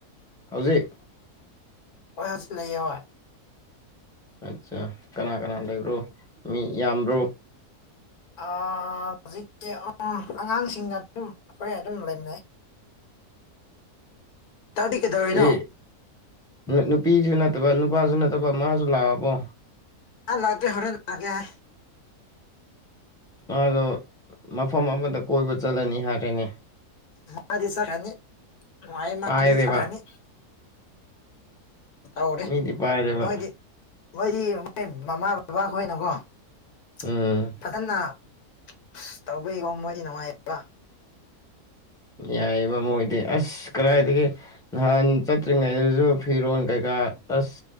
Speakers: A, in the centre; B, on the left.
A: ꯍꯧꯖꯤꯛ
B: ꯍ ꯍꯧꯖꯤ ꯂꯩ ꯍ <unintelligible>
A: ꯑꯠꯆꯥ ꯀꯅꯥ -ꯀꯅꯥ ꯂꯩꯕ꯭ꯔꯣ ꯃꯤ ꯌꯥꯝꯕ꯭ꯔꯣ
B: ꯍꯧꯖꯤꯛꯇꯤ ꯑꯉꯥꯡꯁꯤꯡꯒ ꯑꯗꯨꯝ ꯑꯩꯈꯣꯏ ꯑꯗꯨꯝ ꯂꯩꯃꯤꯟꯅꯩ ꯇꯧꯗꯤ ꯀꯩꯗꯧꯔꯤꯅꯣ
A: ꯁꯤ ꯅꯨꯄꯤꯖꯨ ꯅꯠ ꯇꯕꯥ ꯅꯨꯄꯥꯁꯨ ꯅꯠꯇꯕ ꯃꯥꯁꯨ ꯂꯥꯛꯑꯕꯣ
B: ꯑ ꯂꯥꯛꯇꯦ ꯍꯔꯦꯟ ꯂꯥꯛꯒꯦ ꯍꯥꯏ
A: ꯃꯥꯗꯣ ꯃꯐꯝ ꯑꯃꯗ ꯀꯣꯏꯕ ꯆꯠꯂꯅꯤ ꯍꯥꯏꯔꯅꯦ
B: ꯃꯥꯗꯤ ꯆꯠꯈ꯭ꯔꯅꯤ ꯅꯨꯡꯉꯥꯏ ꯃꯥꯗꯤ
A: ꯄꯥꯏꯔꯦꯕ
B: ꯆꯠꯈ꯭ꯔꯅꯤ ꯇꯧꯔꯦ
A: ꯃꯤꯗꯤ ꯄꯥꯏꯔꯦꯕ
B: ꯃꯣꯏꯗꯤ ꯃꯣꯏꯗꯤ ꯃꯣꯏ ꯃꯃꯥ ꯕꯕꯥ ꯈꯣꯏꯅꯀꯣ <unintelligible>
A: ꯎꯝ
B: ꯐꯖꯅ ꯑꯁ ꯇꯧꯕꯏꯀꯣ ꯃꯣꯏꯗꯤ ꯅꯨꯡꯉꯥꯏꯌꯦꯕ
A: ꯌꯥꯏꯌꯦꯕ ꯃꯣꯏꯗꯤ ꯑꯁ ꯀꯔꯥꯏꯗꯒꯤ ꯅꯍꯥꯟ ꯆꯠꯇ꯭ꯔꯤꯉꯩꯗꯁꯨ ꯐꯤꯔꯣꯜ ꯀꯩꯀꯥ ꯑꯁ